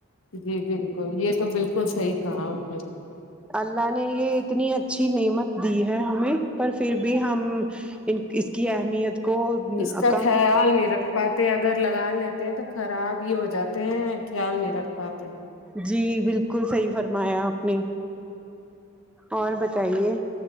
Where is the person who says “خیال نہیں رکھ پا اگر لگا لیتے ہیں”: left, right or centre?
Left